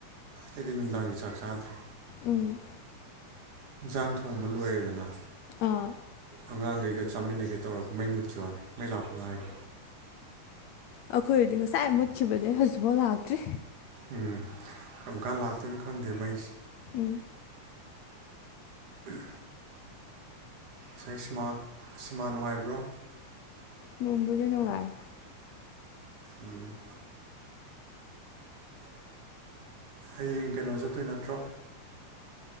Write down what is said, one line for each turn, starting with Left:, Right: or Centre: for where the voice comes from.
Right: ꯑꯩꯗꯤ ꯅꯨꯡꯗꯥꯡꯒꯤ ꯆꯥꯛ ꯆꯥꯗ꯭ꯔꯦ
Left: ꯎꯝ
Right: ꯌꯦꯟꯁꯥꯡ ꯊꯣꯡꯕ ꯂꯣꯏꯔꯦꯗꯅ
Left: ꯑꯥ
Right: ꯑꯉꯥꯡꯈꯩꯒ ꯆꯥꯃꯤꯟꯅꯒꯦ ꯇꯧꯔꯒ ꯃꯩ ꯃꯨꯠꯈꯤꯕ ꯋꯥꯅꯤ ꯃꯩ ꯂꯥꯛꯄ ꯉꯥꯏꯗꯣ
Left: ꯑꯩꯈꯣꯏꯔꯗꯤ ꯉꯁꯥꯏ ꯃꯨꯠꯈꯤꯕꯗꯩ ꯍꯧꯖꯤꯛꯐꯥꯎ ꯂꯥꯛꯇ꯭ꯔꯤ
Right: ꯎꯝ ꯀꯔꯝꯀꯥꯟ ꯂꯥꯛꯇꯣꯏꯅꯣ ꯈꯪꯗꯦ ꯃꯩꯁꯦ
Left: ꯎꯝ
Right: ꯎꯝ ꯉꯁꯥꯏ ꯁꯤꯃꯥ ꯁꯤꯃꯥ ꯅꯨꯡꯉꯥꯏꯕ꯭ꯔꯣ
Left: ꯅꯝꯕꯨꯗ ꯅꯨꯡꯉꯥꯏ
Right: ꯎꯝ ꯍꯌꯦꯡ ꯀꯩꯅꯣ ꯆꯠꯇꯣꯏ ꯅꯠꯇ꯭ꯔꯣ